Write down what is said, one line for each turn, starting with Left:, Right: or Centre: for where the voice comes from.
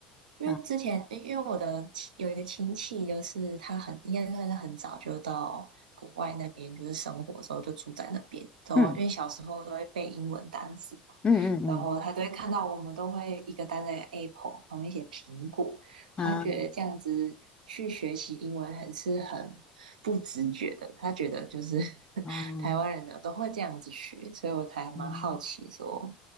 Right: 因为之前，
Left: 啊
Right: 因因为我的亲有一个亲戚，就是他很应该算是很早就到国外那边，就是生活的时候就住在那边。然后因为小时候都会背英文单词嘛，
Left: 嗯嗯嗯嗯
Right: 然后他都会看到我们都会一个单在 Apple 旁边写苹果，他觉得这样子去学习英文很是很不直觉的，
Left: 嗯
Right: 他觉得就是 <laughs>
Left: 嗯
Right: 台湾人呢都会这样子学，所以我才蛮好奇说，
Left: 嗯。